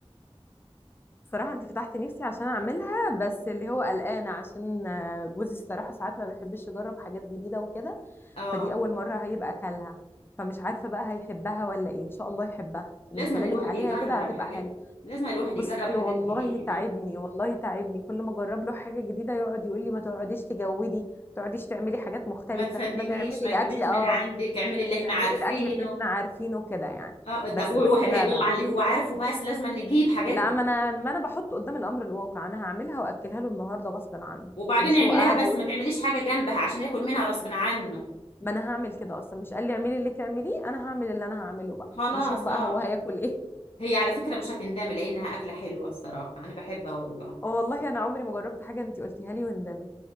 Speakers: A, on the left; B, on the left.
A: صراحة انت فتحتي نفسي عشان اعملها بس اللي هو قلقانة عشان آه، جوزي الصراحة ساعات ما بيحبش يجرب حاجات جديدة وكده
B: اه
A: فدي اول مرة هيبقى اكلها فمش عارفة بقى هيحبها ولا ايه ان شاء الله يحبها من
B: لازم
A: كلامك
B: أن الواحد
A: عليها
B: يجرب
A: كده هتبقى
B: حاجات
A: حلو
B: لازم أن الواحد
A: بصي
B: يجرب حاجات
A: والله
B: جديدة
A: تعبني والله تعبني كل ما اجرب له حاجة جديدة يقعد يقول لي ما تقعديش تجودي ما تقعديش تعملي حاجات مختلفة
B: ما تفننيش
A: ما تعملي
B: ما
A: الاكل
B: تجيبيش
A: اه
B: من عندك اعملي
A: ما
B: اللي احنا
A: تعملي
B: عارفينه
A: الاكل اللي احنا عارفينه كده يعني
B: اه طب
A: بس
B: هو
A: بس
B: الواحد
A: لا
B: هيضل
A: لا
B: على اللي هو عارفه بس لازم أن نجيب حاجات
A: لا
B: جديدة.
A: ما انا ما انا بحط قدام الامر الواقع انا هعملها واكلها له النهارده غصبا عنه
B: وبعدين
A: مش
B: اعمليها
A: هو قاعد
B: بس
A: يقول
B: ما
A: لي
B: تعمليش حاجة جنبها عشان ياكل منها غصب عنه
A: ما انا هعمل كده اصلا مش قال لي اعملي اللي تعمليه انا هعمل اللي انا هعمله بقى
B: خلاص
A: يشوف بقى
B: اه
A: هو هياكل ايه
B: هي على فكرة مش هتندمي لأنها أكلة حلوة الصراحة أنا بحبها والله
A: <laughs> اه والله انا عمري ما جربت حاجه انت قلتيها لي وندمت